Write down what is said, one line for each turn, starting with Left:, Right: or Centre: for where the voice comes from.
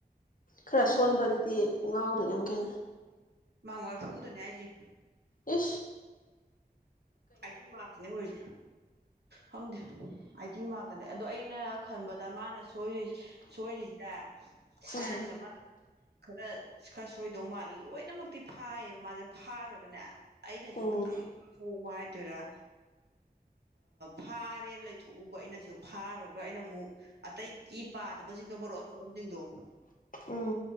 Left: ꯈꯔ
Right: ꯑꯗꯨꯁꯨ
Left: ꯁꯣꯟꯕꯗꯨꯗꯤ ꯉꯥꯎꯗꯣ ꯌꯥꯝ ꯈꯦꯠꯅꯩ
Right: ꯃꯥꯉ ꯋꯥꯔ ꯁꯨꯗ ꯅꯖ
Left: ꯎ
Right: ꯑꯩꯥꯏ ꯃꯥꯅꯦ ꯍꯧꯣꯏ ꯈꯪꯗꯦ ꯑꯇꯤ ꯃꯥꯔꯛꯇꯅꯦ ꯑꯗꯣ ꯑꯩꯅ ꯈꯟꯕꯗ ꯃꯥꯅ ꯣꯏ ꯁꯣꯏꯔꯤꯁꯤꯗ ꯁꯥꯏꯟꯁ
Left: ꯎꯝ
Right: ꯑꯃ ꯈꯔ ꯈꯔ ꯁꯣꯏꯗꯧ ꯃꯥꯜꯂꯦ ꯂꯣꯏꯅꯃꯛꯇꯤ ꯐꯥꯏꯌꯦꯕ ꯃꯥꯁꯦ ꯐꯥꯈ꯭ꯔꯒꯅꯦ ꯑꯩꯅꯁꯨ
Left: ꯎꯝ
Right: ꯈꯤꯇꯪ ꯊꯕ ꯍꯥꯏ ꯑꯗꯨ ꯑꯗꯨꯔ ꯐꯥꯔꯦꯅ ꯂꯩꯊꯣꯛꯎꯕ ꯑꯩꯅꯁꯨ ꯐꯥꯈ꯭ꯔꯒ ꯑꯩꯅ ꯑꯃꯨꯛ ꯑꯇꯩꯒꯤ ꯄꯥꯗꯕꯁꯤꯡꯗꯣ ꯃꯔꯣꯛ ꯁꯣꯔꯣꯟꯁꯤꯡꯗꯣ
Left: ꯎꯝ